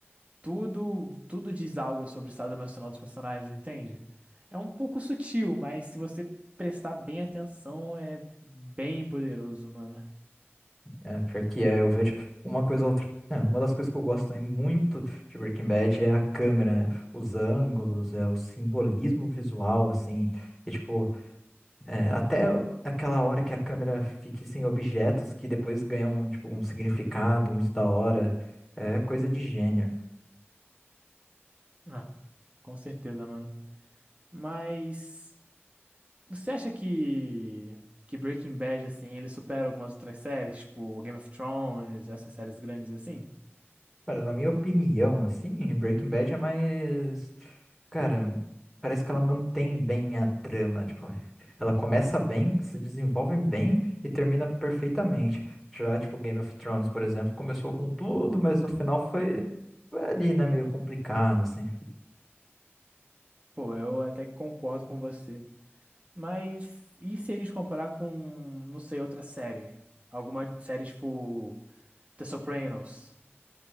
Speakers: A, on the right; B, in the centre.
A: tudo, tudo diz algo sobre o estado emocional dos personagens, entende? É um pouco sutil, mas se você prestar bem atenção, é bem poderoso, mano.
B: É, pior que é, eu vejo uma coisa ou outra. É, uma das coisas que eu gosto também muito de Breaking Bad é a câmera, né? Os ângulos, é, o simbolismo visual, assim. E, tipo, é, até aquela hora que a câmera fica sem objetos que depois ganham, tipo, um significado muito da hora. É coisa de gênio.
A: Ah, com certeza, mano. Mas você acha que que Breaking Bad assim, ele supera algumas outras séries, tipo Game of Thrones, essas séries grandes assim?
B: Olha, na minha opinião, assim, Breaking Bad é mais. Cara, parece que ela mantém bem a trama. Tipo, ela começa bem, se desenvolve bem e termina perfeitamente. Já, tipo, Game of Thrones, por exemplo, começou com tudo, mas no final foi, foi ali, né? Meio complicado, assim.
A: Pô, eu até que concordo com você. Mas e se a gente comparar com, não sei, outra série? Alguma série tipo The Sopranos?